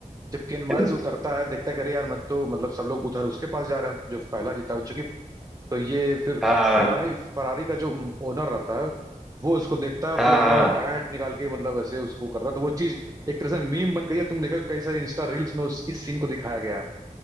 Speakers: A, on the right; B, in the centre.
A: जब केन माइल्स
B: है
A: उतरता है देखता है कि अरे यार मैं तो मतलब सब लोग उधर उसके पास जा रहे हैं जो पहला जीता जो कि तो ये फिर
B: हाँ
A: फरारी फरारी का जो ओनर रहता है वो उसको देखता है
B: हाँ
A: फिर अपने
B: हाँ
A: हैट निकाल के मतलब ऐसे उसको कर रहा है। तो वो चीज एक तरह से मीम बन गई है तुम देखो कई सारी इंस्टा रील्स में उस इस सीन को दिखाया गया है